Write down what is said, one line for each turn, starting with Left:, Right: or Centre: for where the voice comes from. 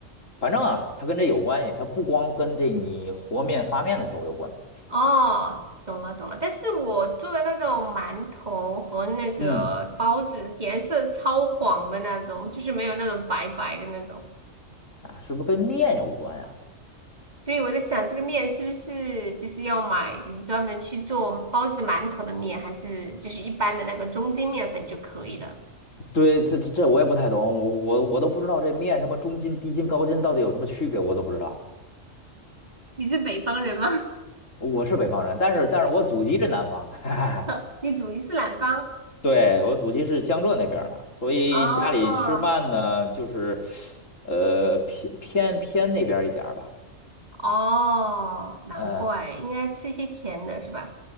Left: 反正啊，它跟这有关系，它不光跟这你和面发面的时候有关，
Right: 哦，懂了懂了。但是我做的那种馒头和那个包子颜色超黄的那种，
Left: 嗯，
Right: 就是没有那种白白的那种。
Left: 啊，是不是跟面有关呀？
Right: 所以我在想，这个面是不是就是要买，就是专门去做包子、馒头的面，还是就是一般的那个中筋面粉就可以了？
Left: 对，这这这我也不太懂，我我我都不知道这面什么中筋、低筋、高筋到底有什么区别，我都不知道。
Right: 你是北方人吗？
Left: 我是北方人，但是但是我祖籍是南方的，<laughs> 哈哈。
Right: <laughs> 你祖籍是南方？
Left: 对，我祖籍是江浙那边儿的，所以家里吃饭呢，
Right: 哦
Left: 就是呃偏偏偏那边儿一点儿吧。
Right: 哦，难怪，
Left: 嗯
Right: 应该吃一些甜的是吧？